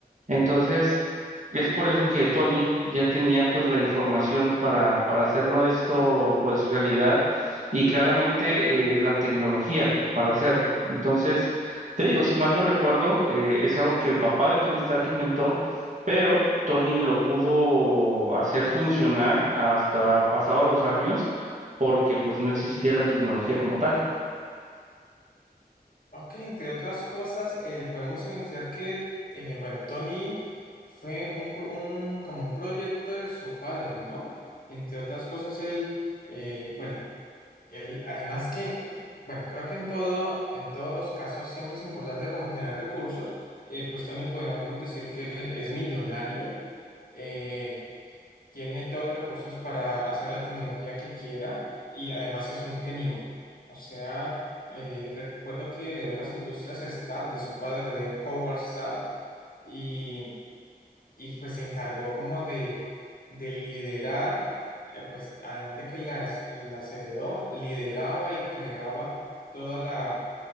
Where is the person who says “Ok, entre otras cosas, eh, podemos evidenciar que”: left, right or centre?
Left